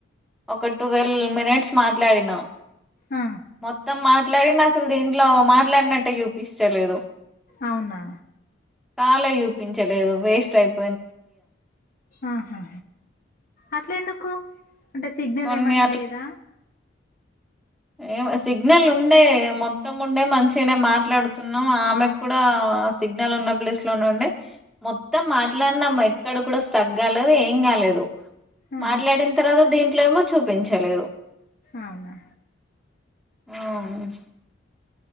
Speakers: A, in the centre; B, on the left.
A: ఒక ట్వెల్వ్ మినిట్స్ మాట్లాడినా
B: ఆ
A: మొత్తం మాట్లాడి అసలు దీంట్లో మాట్లాడినట్టటు చూపిస్తలేదు
B: అవునా
A: కాల్ ఏ చూపించలేదు వేస్ట్ అయిపో
B: ఆహా అట్లే ఎందుకు అంటే సిగ్నల్
A: కొన్ని
B: ఏమన్నా లేదా
A: ఏ సిగ్నల్ ఉండే మొత్తం ఉండే మంచిగానే మాట్లాడుతున్నాం ఆమెకు కూడా ఆ సిగ్నల్ ఉన్న ప్లేస్ లోనే ఉండడి మొత్తం మాట్లాడినాం ఎక్కడ కూడా స్టక్ కాలేదు ఏం కాలేదు
B: ఆహా
A: మాట్లాడిన తర్వాత దీంట్లో ఏమో చూపించలేదు
B: అవునా
A: ఆవును